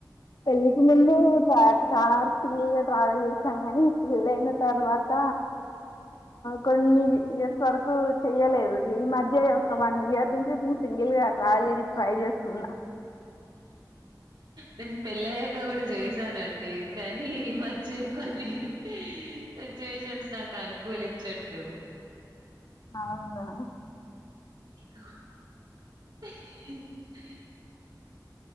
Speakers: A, on the left (about 65°); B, on the right (about 70°).
A: పెళ్ళికి ముందు చ చాలా వరకు సిల్లిగా ట్రావెల్ చేస్తాం కాని స్కూల్ అయిన తర్వాత కొన్ని ఇయర్స్ వరకు చెయలేదు ఈ మధ్య ఒక వన్ ఇయర్ నుంచి దేను సింగిల్ గా ట్రావెల్ చేయడానికి ట్రై చేస్తున్నా
B: నేను పెళ్ళయ్యాక కూడా చేశానండి కానీ ఈ మధ్య కొన్ని సిచ్యువేషన్స్ నాకు అనుకూలిచ్చట్లే
A: అవునా
B: <unintelligible>